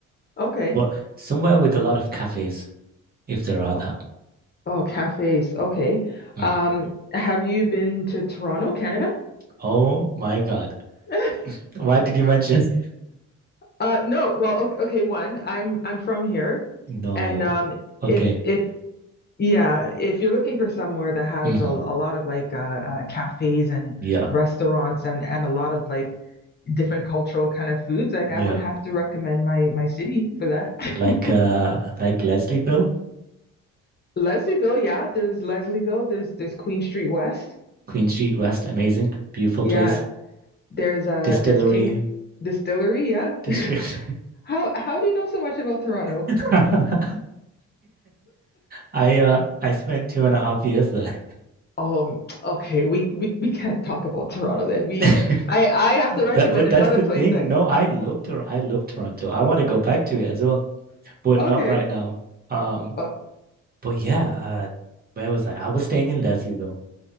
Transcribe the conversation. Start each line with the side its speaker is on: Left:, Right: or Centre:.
Left: Okay.
Right: But somewhere with a lot of cafes, if there are
Left: Oh,
Right: that.
Left: oh, cafes. Okay.
Right: Mm.
Left: Um, have you been to Toronto, Canada?
Right: Oh my God.
Left: <laughs>
Right: Why did you mention? <laughs>
Left: Uh, no. Well, okay, okay. One, I'm I'm from here,
Right: No.
Left: and um,
Right: Okay.
Left: if if Yeah, if you're looking for somewhere that has
Right: hmm
Left: a, a lot of like uh, uh, cafes and
Right: Yeah.
Left: restaurants and and a lot of like different cultural kind of foods, like
Right: Yeah.
Left: I would have to recommend my my city for that. <laughs>
Right: Like uh like Leslieville,
Left: Leslieville, yeah, there's Leslieville, there's there's Queen Street West.
Right: Queen Street West, amazing, beautiful
Left: Yeah,
Right: place.
Left: there's uh
Right: Distillery
Left: there's King Distillery, yeah.
Right: district.
Left: <laughs> How how do you know so much about Toronto?
Right: <laughs> I uh I spent two and a half years there.
Left: Um, okay, we we, we can't talk about Toronto then. We
Right: <laughs>
Left: I I have to recommend
Right: That but
Left: another
Right: that's the
Left: place
Right: thing.
Left: that
Right: No, I love Tor. I love Toronto. I want to go back to it as well, but
Left: okay.
Right: not right now. Um
Left: Uh,
Right: But yeah, uh, where was I? I was staying in Leslie though,